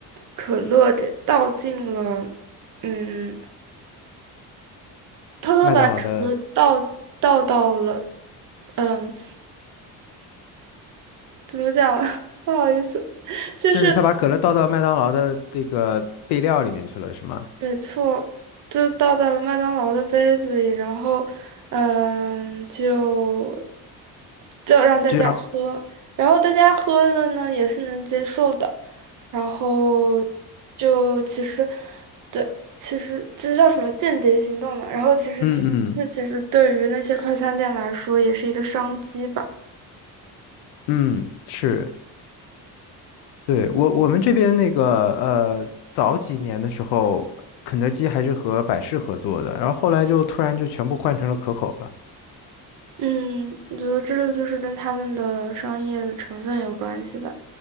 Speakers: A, on the right; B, on the left.
A: 可乐给倒进了，嗯，偷偷把可乐倒倒到了，
B: 麦当劳的，
A: 嗯，怎么讲？<laughs> 不好意思，就是。
B: 就是他把可乐倒到麦当劳的这个备料里面去了，是吗？
A: 没错，就倒在了麦当劳的杯子里，然后，嗯，就就让大家喝，
B: 居然，
A: 然后大家喝了呢，也是能接受的，然后就其实，对，其实这叫什么间谍行动嘛，然后其实其实这其实对于那些快餐店来说也是一个商机吧，
B: 嗯嗯。嗯，是，对，我我们这边那个呃，早几年的时候，肯德基还是和百事合作的，然后后来就突然就全部换成了可口了。
A: 嗯，我觉得这个就是跟他们的商业的成分有关系吧，